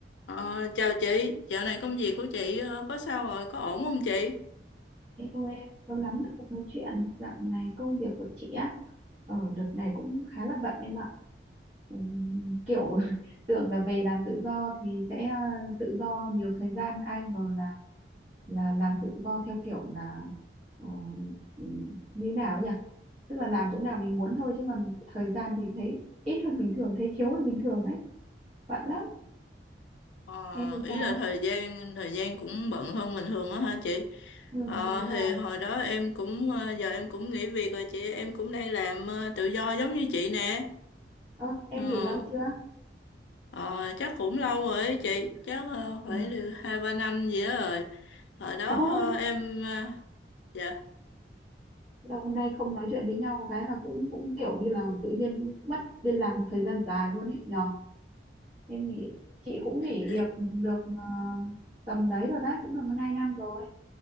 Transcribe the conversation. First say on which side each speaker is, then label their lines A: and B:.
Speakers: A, on the left; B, on the right.
A: Ờ, chào chị, dạo này công việc của chị ờ, có sao rồi, có ổn không chị?
B: Hello em, lâu lắm rồi không nói chuyện. Dạo này công việc của chị á, ở đợt này cũng khá là bận em ạ. Ừm, kiểu <laughs> tưởng là về làm tự do thì sẽ ờ, tự do nhiều thời gian, ai ngờ là là làm tự do theo kiểu là ờ, ừm, như nào ấy nhỉ? Tức là làm chỗ nào mình muốn thôi chứ còn thời gian thì thấy ít hơn bình thường, thấy thiếu hơn bình thường ấy. Bận lắm.
A: Ờ,
B: Em thì
A: ý
B: sao?
A: là thời gian thời gian cũng bận hơn bình thường á hả chị?
B: Ừ,
A: Ờ,
B: đúng rồi.
A: thì hồi đó em cũng ờ, giờ em cũng nghỉ việc rồi chị, em cũng đang làm ờ, tự do giống như chị nè.
B: Ơ, em
A: Ờ,
B: nghỉ lâu chưa?
A: ờ, chắc cũng lâu rồi ấy chị, chắc ờ, phải
B: <laughs>
A: được hai ba năm gì đó rồi. Hồi đó
B: Ôi
A: ờ, em ờ, dạ
B: lâu nay không nói chuyện với nhau cái là cũng cũng kiểu như là tự nhiên mất liên lạc một thời gian dài luôn ấy nhờ em nghĩ chị cũng nghỉ
A: thế-
B: việc được ờ, tầm đấy rồi đấy cũng được hơn hai năm rồi